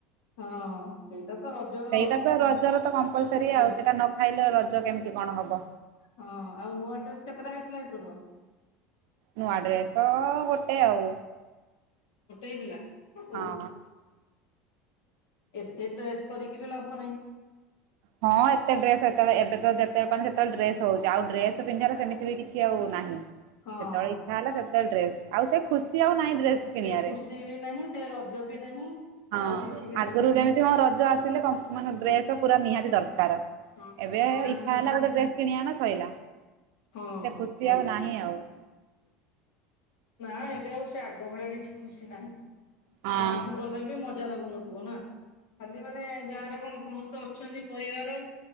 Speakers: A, on the left; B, on the right.
A: ହଁ ସେଇଟା ତ ରଜର
B: ସେଇଟା ତ ରଜ ର ତ କମ୍ପଲସରି
A: ମୁଖ୍ୟ।
B: ଆଉ ସେଇଟା ନ ଖାଇଲେ ରଜ କେମିତି କଣ ହେବ?
A: ହଁ ଆଉ ନୂଆ ଡ୍ରେସ କେତେଟା ହେଇଥିଲା ଏଥରକ?
B: ନୂଆ ଡ୍ରେସ ଗୋଟେ ଆଉ,
A: ଗୋଟେ ହେଇଥିଲା। ହଉ।
B: ହଁ ହଁ
A: ଏତେ ଡ୍ରେସ କରିକି ବି ଲାଭ ନାହିଁ।
B: ହଁ ଏତେ ଡ୍ରେସ୍ ସେତେଳେ ଏବେ ତ ଯେତ ଯେତେବେଳେ ପାଉଛି ଡ୍ରେସ ହଉଛି, ଆଉ ଡ୍ରେସ ପିନ୍ଧିବାରେ ସେମିତି ବି କିଛି ଆଉ ନାହିଁ
A: ହଁ
B: ଯେତେବେଳେ ଯା ହେଲା ସେତେବେଳେ ଡ୍ରେସ, ଆଉ ସେ ଖୁସି ଆଉ ନାହିଁ ଡ୍ରେସ କିଣିବାରେ।
A: ସେ ଖୁସି ବି ନାହିଁ, ସେ ରଜ ବି ନାହିଁ
B: ହଁ,
A: ଆଉ କିଛି ବି ନାହିଁ
B: ଆଗରୁ
A: ସେମିତି।
B: ଯେମିତି ମୋ ରଜ ଆସିଲେ ମାନ ଡ୍ରେସ ପୁରା ନିହାତି ଦରକାର
A: ହଁ
B: ଏବେ
A: ଖାଲି ଗାଁକୁ
B: ଇଚ୍ଛା
A: ଯିବା
B: ହେଲା
A: କଥା।
B: ଗୋଟେ ଡ୍ରେସ୍ କିଣିଆଣ ସଇଲା,
A: ହଁ
B: ସେ ଖୁସି
A: ସେଇଆ
B: ଆଉ ନାହିଁ ଆଉ।
A: ନା ଏବେ ଆଉ ସେ ଆଗ ଭଳିଆ କିଛି ଖୁସି ନାହିଁ,
B: ହଁ।
A: ଗାଁକୁ ଗଲେ ବି ମଜା ମଜା ଲାଗୁନଥିବ ନା? ଖାଲି ମାନେ ଗାଁରେ କଣ ସମସ୍ତେ ଅଛନ୍ତି ପରିବାର।